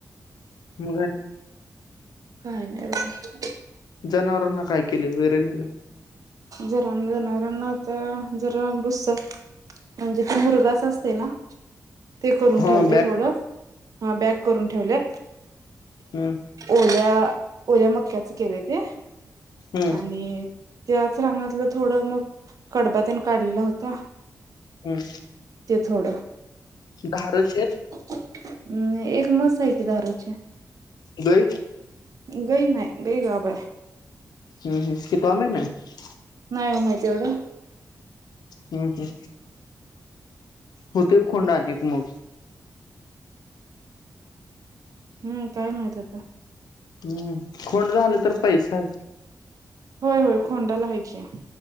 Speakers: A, on the left (about 80°); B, on the right (about 60°).
A: मग आणि.
B: काय नाही बघ.
A: जनावरांना काय केले, वैरणीला.
B: जरा जनावरांना आता, जरा बुसा. म्हणजे ते मुर्गास असते ना. ते करून
A: ह
B: ठेवले
A: बॅग
B: थोडं, हा बॅक करून ठेवले.
A: हम्म
B: ओल्या, ओल्या मक्याचं केलंय ते.
A: हम्म.
B: आणि, त्याच रंगणातलं थोडं मग कडबा तेन काढलेला होता.
A: हम्.
B: ते थोडं.
A: धारेचे.
B: हम्, एक म्हंस आहे की धारची.
A: गाई.
B: गई नाही, गई गबाय.
A: हम-हम कितवा महिना आहे.
B: नाही हो माहित एवढं.
A: हम्म-हम्म. होतंय खोंडा आणि एक मग.
B: हम्म, काय माहित आता.
A: हम्म, खोंड झालं तर पैसा आहे.
B: होय-होय खोंडाला आहेय की.